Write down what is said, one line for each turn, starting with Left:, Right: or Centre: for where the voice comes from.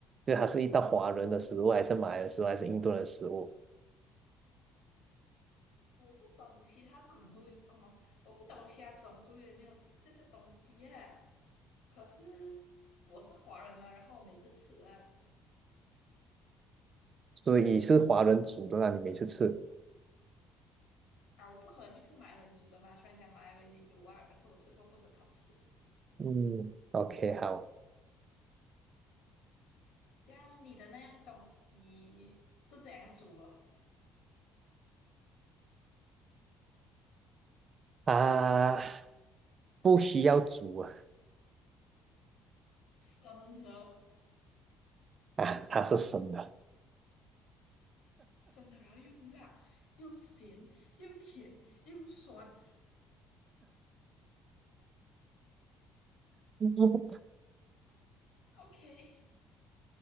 Right: 就它是一道华人的食物，还是马来人食物，还是印度人食物？
Left: 我不懂其他种族，哦，我不懂其他种族有没有吃这个东西耶、可是我是华人嘛，然后我每次吃啊
Right: 所以是华人煮的那你每次吃。
Left: 啊，我不可能去吃马来人煮的嘛。虽然讲马来人也有啊，可是我吃过不是很好吃。
Right: 嗯，OK，好
Left: 这样你的那样东西是怎样煮的？
Right: 啊，不需要煮啊，
Left: 生的，
Right: 啊，它是生的。
Left: 生的，然后又辣，又咸，又甜，又酸。
Right: <laughs>
Left: OK，